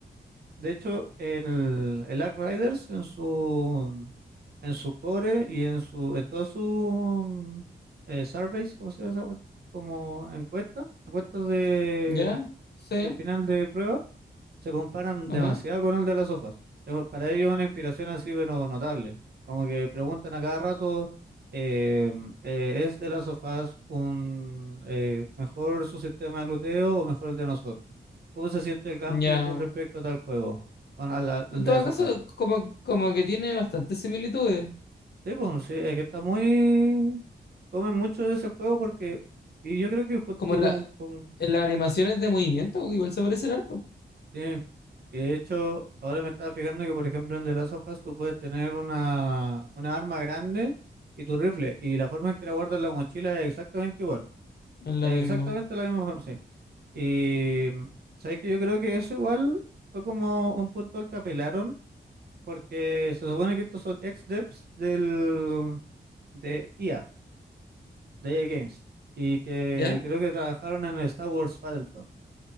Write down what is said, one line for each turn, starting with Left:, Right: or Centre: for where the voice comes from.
Right: De hecho, en el, el Ark Riders, en su, en su core y en su, en todos sus eh, surveys, ¿cómo se llama esa cuestión? Como encuesta, encuestas de,
Left: ¿Ya? Sí.
Right: de final de prueba. se comparan
Left: Ajá.
Right: demasiado con el de las sofás. Pero Para ellos una inspiración así, pero notable. Como que preguntan a cada rato, eh, eh, ¿es de las sofás un eh, mejor su sistema de luteo o mejor el de nosotros? ¿Cómo se siente el gameplay
Left: Ya.
Right: con respecto a tal juego? Con al, al de
Left: En todo
Right: las sofás.
Left: caso, como, como que tiene bastantes similitudes.
Right: Sí, pues, sí, es que está muy... Comen mucho de ese juego porque... Y yo creo que ju-
Left: Como
Right: y
Left: la,
Right: con, con
Left: en las animaciones de movimiento, pues, igual se parecen harto.
Right: Sí, y de hecho, ahora me estaba fijando que, por ejemplo, en The Last of Us tú puedes tener una, una arma grande y tu rifle, y la forma en que la guardas en la mochila es exactamente igual,
Left: Es lo
Right: es
Left: mismo.
Right: exactamente la misma forma, sí. Y mm, sabes que yo creo que eso igual fue como un punto al que apelaron, porque se supone que estos son ex-devs del, de IA, de EA Games, y que
Left: ¿Ya?
Right: creo que trabajaron en el Star Wars Battlefront.